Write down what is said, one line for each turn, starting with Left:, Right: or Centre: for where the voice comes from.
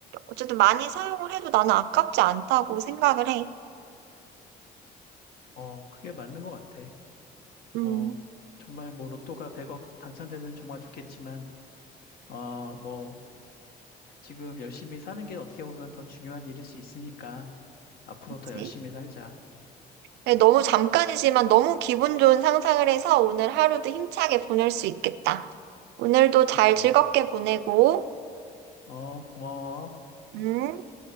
Right: 어쨌든 많이 사용을 해도 나는 아깝지 않다고 생각을 해.
Left: 어, 그게 맞는 것 같아.
Right: 음,
Left: 어, 정말 뭐 로또가 100억 당첨되면 정말 좋겠지만, 어, 뭐 지금 열심히 사는 게 어떻게 보면 더 중요한 일일 수 있으니까 앞으로 더
Right: 그치.
Left: 열심히 살자.
Right: 네, 너무 잠깐이지만 너무 기분 좋은 상상을 해서 오늘 하루도 힘차게 보낼 수 있겠다. 오늘도 잘
Left: 어,
Right: 즐겁게 보내고,
Left: 어, 고마워.
Right: 음.